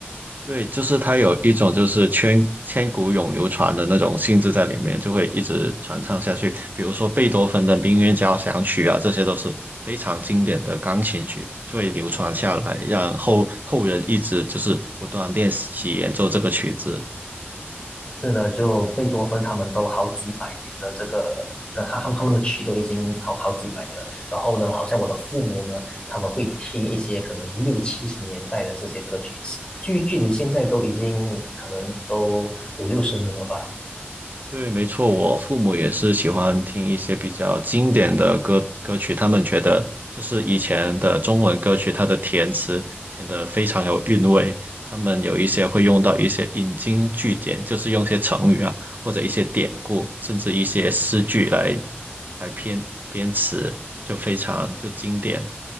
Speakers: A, on the right; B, on the left.
A: 对，就是它有一种就是千千古永流传的那种性质在里面，就会一直传唱下去。比如说贝多芬的《命运交响曲》啊，这些都是非常经典的钢琴曲，就会流传下来，让后后人一直就是不断练习演奏这个曲子。
B: 是的，就贝多芬他们都好几百年的这个的，他他们他们的曲都已经好好几百年了。然后呢，好像我的父母呢，他们会听一些可能六七十年代的这些歌曲，距距离现在都已经可能都五六十年了吧。
A: 对，没错，我父母也是喜欢听一些比较经典的歌歌曲，他们觉得就是以前的中文歌曲，它的填词填得非常有韵味，他们有一些会用到一些引经据典，就是用一些成语啊，或者一些典故，甚至一些诗句来来编编词，就非常就经典。